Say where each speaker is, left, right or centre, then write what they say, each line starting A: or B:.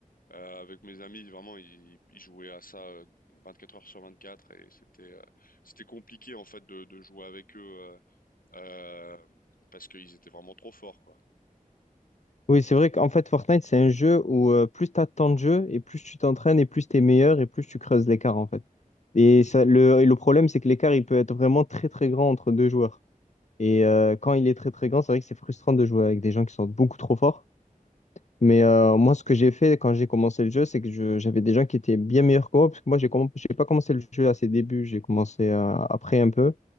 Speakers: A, on the left; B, on the left.
A: Euh, avec mes amis, vraiment, ils, ils jouaient à ça euh, 24 heures sur 24, et c'était euh, c'était compliqué en fait de, de jouer avec eux euh, euh, parce qu'ils étaient vraiment trop forts, quoi.
B: Oui, c'est vrai qu'en fait, Fortnite, c'est un jeu où euh, plus tu as de temps de jeu et plus tu t'entraînes et plus tu es meilleur et plus tu creuses l'écart, en fait. Et, ça, le, et le problème, c'est que l'écart, il peut être vraiment très, très grand entre deux joueurs. Et euh, quand il est très très grand, c'est vrai que c'est frustrant de jouer avec des gens qui sont beaucoup trop forts. Mais euh, moi, ce que j'ai fait quand j'ai commencé le jeu, c'est que je- j'avais des gens qui étaient bien meilleurs que moi, parce que moi, j'ai comm- j'ai pas commencé le jeu à ses débuts, j'ai commencé euh, après un peu.